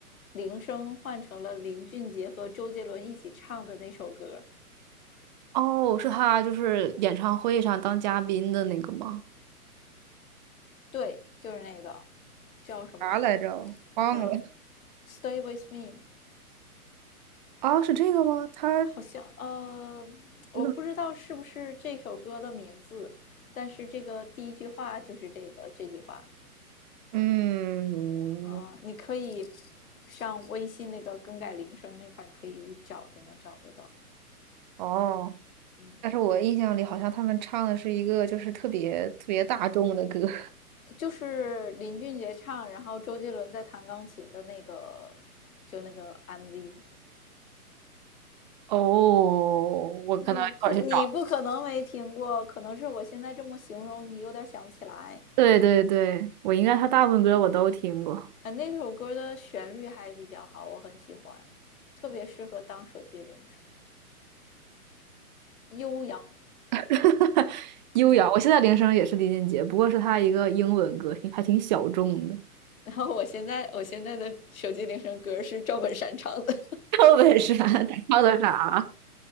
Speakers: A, on the left; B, on the right.
A: 铃声换成了林俊杰和周杰伦一起唱的那首歌，
B: 哦，是他就是演唱会上当嘉宾的那个吗？
A: 对，就是那个叫什么
B: 啥来着？忘了。
A: 叫 Stay with me，
B: 啊，是这个吗？他，
A: 好像呃，我不知道是不是这首歌的名字，
B: 我怎么？
A: 但是这个第一句话就是这个这句话。
B: 嗯，
A: 啊、呃你可以上微信那个更改铃声那块儿，你可以一找就能找得到。
B: 哦，
A: 嗯，
B: 但是我印象里好像他们唱的是一个就是特别特别大众的歌。<laughs>
A: 就是林俊杰唱，然后周杰伦在弹钢琴的那个，就那个 MV。
B: 哦，我可能一会儿去找。
A: 嗯，不，你不可能没听过，可能是我现在这么形容，你有点想不起来。
B: 对对对，我应该他大部分歌我都听过。
A: 啊，那首歌的旋律还比较好，我很喜欢，特别适合当手机铃声，悠扬。
B: <laughs> 哈哈，优雅，
A: 嗯，
B: 我现在铃声也是林俊杰，不过是他一个英文歌，挺还挺小众的。<laughs>
A: 然后我现在我现在的手机铃声歌是赵本山唱的。
B: 赵本山他唱的啥啊？